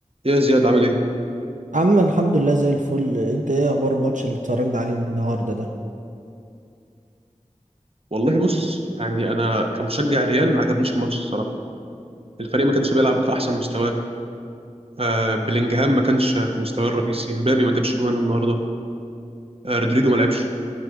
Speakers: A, on the right; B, on the right.
A: يا زياد عامل ايه؟
B: عم الحمد لله زي الفل انت ايه اخبار الماتش اللي اتفرجنا عليه النهارده ده
A: والله بص يعني انا كمشجع ريال ما عجبنيش الماتش الصراحه، الفريق ما كانش بيلعب في احسن مستواه، آه بلينجهام ما كانش في مستواه الرئيسي، مبابي ما جابش جوان النهارده، آه رودريجو ما لعبش،